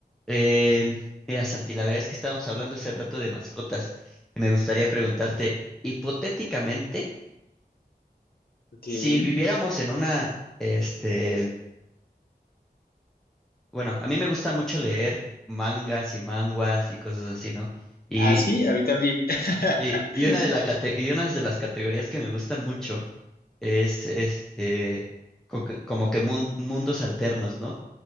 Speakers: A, in the centre; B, on the left.
A: Eh, mira, Santi, la verdad es que estábamos hablando hace rato de mascotas y me gustaría preguntarte, hipotéticamente,
B: Ok.
A: si viviéramos en una, este, bueno, a mí me gusta mucho leer mangas y manguas y cosas así, ¿no? Y,
B: Ah, sí, a mí también. <laughs>
A: y, y una de la cate- y unas de las categorías que me gustan mucho es, este, co- como que mun- mundos alternos, ¿no?